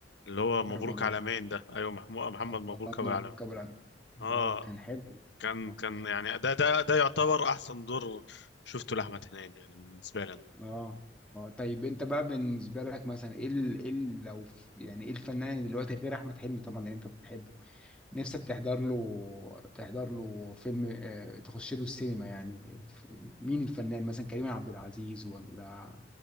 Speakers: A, on the left; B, in the centre.
A: اللي هو مبروك
B: رمضان
A: عالمين ده ايوه محمود محمد مبروك
B: رمضان
A: ابو
B: مبروك
A: العالمين
B: ابو العمل
A: اه
B: اه كان حلو جدا
A: كان
B: اه
A: كان يعني ده ده ده يعتبر احسن دور شفته لاحمد هنيدي يعني بالنسبه لي أنا.
B: اه آه. طيب انت بقى بالنسبه لك مثلا ايه ال... ايه ال... لو ف- يعني ايه الفنان دلوقتي غير احمد حلمي طبعا اللي انت بتحبه نفسك تحضر له تحضر له فيلم آه... تخش له السينما يعني ف- مين الفنان مثلا كريم عبد العزيز ولا